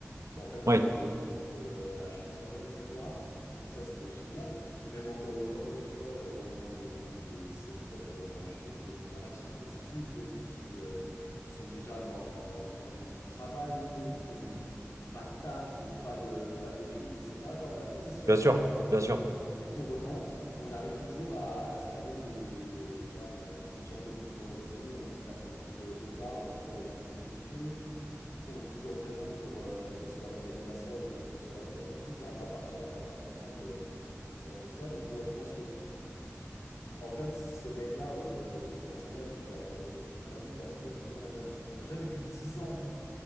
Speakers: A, on the left; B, on the right.
A: bah, en fait,
B: ouais
A: on se revoyait tous euh, à chaque soirée, etc. Donc ça, c'était génial. Et même encore aujourd'hui, tu vois, genre, on est dans des, dans des secteurs, euh, enfin, je- des- il y en a qui sont dans les études, d'autres qui euh, sont déjà dans, dans le monde du travail, d'autres qui ont pas de taf, qui n'ont pas de, pas d'études, etc. Tu vois, on a tous des situations
B: bien sûr
A: différentes.
B: bien sûr
A: Et pour autant, on arrive toujours à, à se caler des. Tu vois, on a notre petit rendez-vous du vendredi, on se capte tous euh, au bar, ou en tout cas le maximum qu'on peut. On est toujours présent pour euh, des soirées d'anniversaire ou des grosses soirées quand il y a des trucs. Là, on va partir en vacances ensemble, euh, euh, tout ça. Donc, ouais, je pense que, en fait, ces mecs-là, euh, ces personnes-là, je les garderai toute ma vie parce qu'en fait, je me dis, on a déjà, on a déjà vécu 10 ans,